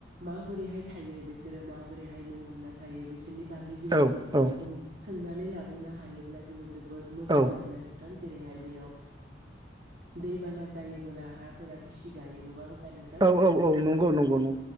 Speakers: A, on the right; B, on the right.
A: माबोरैहाय थायो बिसोरो माबोरैहाय न' लुना थायो बिसोरनि बागै जोङो
B: औ औ
A: सोंनानै लाबोनो हायोब्ला जोङो जोबोद मोजां
B: औ
A: आरोना नोंथां जेरैहाय बेयाव दैबाना जायोबोला हाफोरा गिसि गायो नङा होमबा नोंथां
B: औ
A: बेफोरनि
B: औ औ
A: बागैबो
B: नंगौ नंगौ
A: जोङो
B: नंगौ